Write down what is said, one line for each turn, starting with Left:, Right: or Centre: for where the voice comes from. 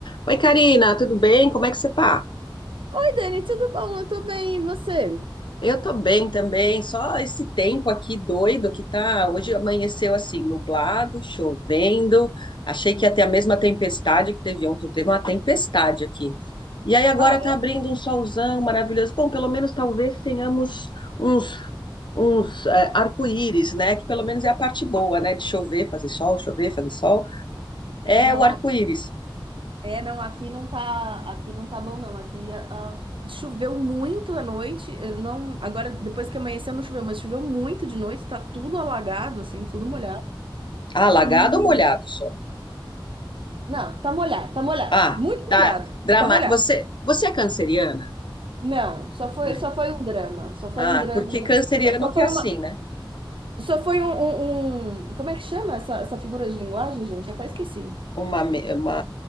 Left: Oi, Karina, tudo bem? Como é que você tá?
Right: Oi, Dani, tudo bom? Eu tô bem, e você?
Left: Eu tô bem também, só esse tempo aqui doido que tá. Hoje amanheceu assim, nublado, chovendo. Achei que ia ter a mesma tempestade que teve ontem, teve uma tempestade aqui. E aí agora
Right: Ah,
Left: tá abrindo um solzão maravilhoso. Bom, pelo menos talvez tenhamos uns, uns eh, arco-íris, né? Que pelo menos é a parte boa, né? De chover, fazer sol, chover, fazer sol. É
Right: é, É, não,
Left: o arco-íris.
Right: a- é, não, aqui não tá, aqui não tá bom, não. Aqui ah, ah, choveu muito à noite. eu não, agora, depois que amanheceu, não choveu, mas choveu muito de noite, tá tudo alagado, assim, tudo molhado.
Left: Ah, lagado
Right: E
Left: ou molhado só?
Right: não, tá molhado, tá molhado,
Left: Ah,
Right: muito
Left: tá.
Right: molhado,
Left: Dramático.
Right: tá molhado.
Left: Você, você é canceriana?
Right: Não, só foi,
Left: Não.
Right: só foi um drama, só foi
Left: Ah,
Right: um drama,
Left: porque canceriano
Right: só
Left: que
Right: foi
Left: é assim,
Right: uma,
Left: né?
Right: só foi um, um- um- como é que chama essa, essa figura de linguagem, gente? Eu até esqueci.
Left: Uma, me- uma